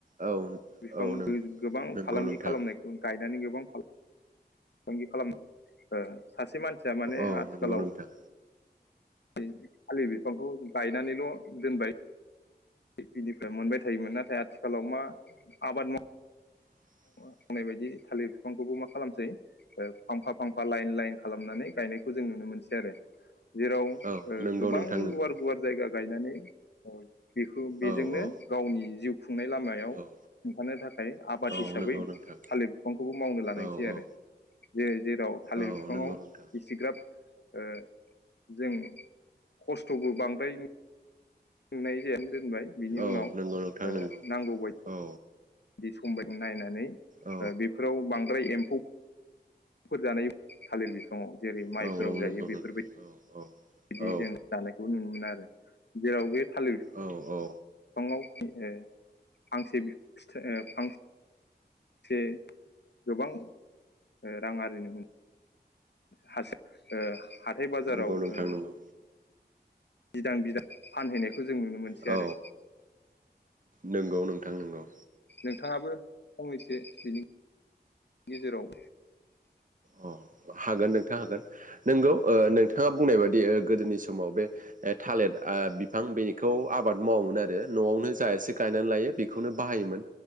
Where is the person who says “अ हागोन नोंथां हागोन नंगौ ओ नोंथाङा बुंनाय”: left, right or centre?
Right